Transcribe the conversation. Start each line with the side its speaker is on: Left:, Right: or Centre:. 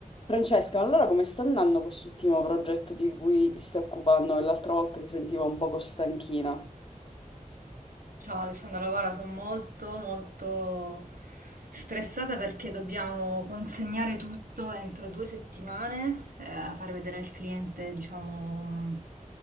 Left: Francesca, allora come sta andando quest'ultimo progetto di cui ti stai occupando? Che l'altra volta ti sentivo un poco stanchina.
Right: Ciao Alessandra, guarda, sono molto molto stressata perché dobbiamo consegnare tutto entro due settimane, eh, fare vedere al cliente, diciamo, mh,